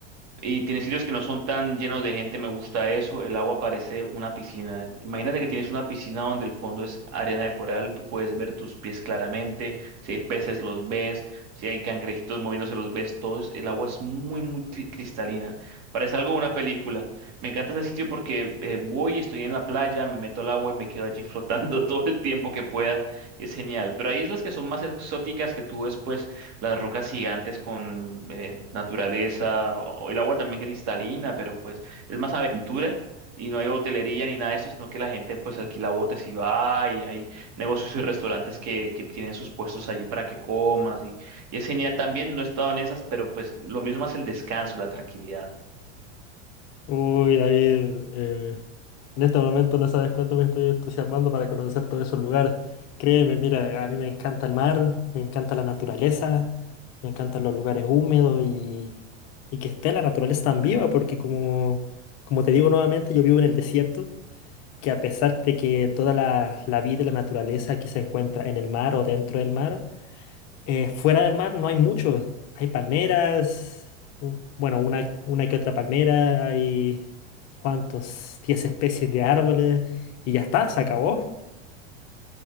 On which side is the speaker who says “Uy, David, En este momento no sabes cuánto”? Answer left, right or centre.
Left